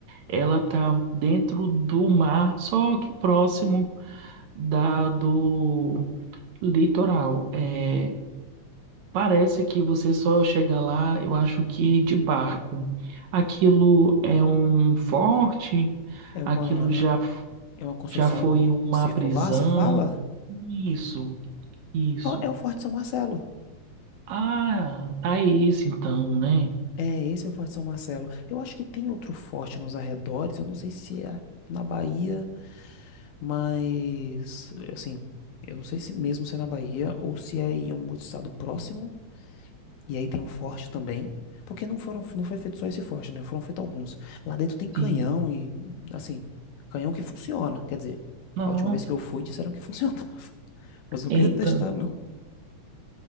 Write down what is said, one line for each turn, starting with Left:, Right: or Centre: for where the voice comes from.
Right: Ela tá dentro do mar, só que próximo da do litoral. É, Parece que você só chega lá, eu acho que de barco. Aquilo é um forte,
Left: É uma,
Right: aquilo já, f-
Left: é uma construção
Right: já foi uma
Left: circular,
Right: prisão.
Left: você fala?
Right: Isso, isso.
Left: Ó, É o Forte São Marcelo.
Right: Ah, tá esse então, né?
Left: É, esse é o Forte São Marcelo. Eu acho que tem outro forte nos arredores, eu não sei se é na Bahia, mas assim, eu não sei se mesmo se é na Bahia ou se é em um outro estado próximo. E aí tem um forte também, porque não foram, não foi feito só esse forte, né? Foram feitos alguns. Lá dentro tem canhão
Right: Sim.
Left: e assim, canhão que funciona, quer dizer,
Right: Não,
Left: a última vez que eu fui disseram que funcionava, <laughs> mas não
Right: eita,
Left: queria testar não.